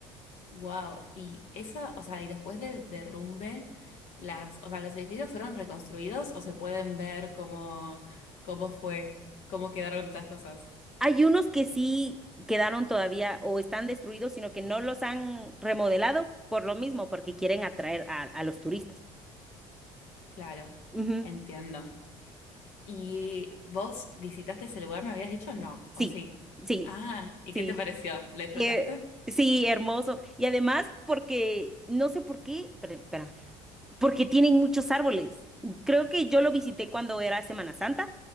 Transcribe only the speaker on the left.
Wow, y esa, o sea, y después del derrumbe, las, o sea, los edificios fueron reconstruidos o se pueden ver cómo, cómo fue, cómo quedaron estas cosas.
Claro,
entiendo. ¿Y vos visitaste ese lugar? ¿Me habías dicho no?
¿O sí?
Ah, ¿y
qué te pareció? ¿Lo disfrutaste?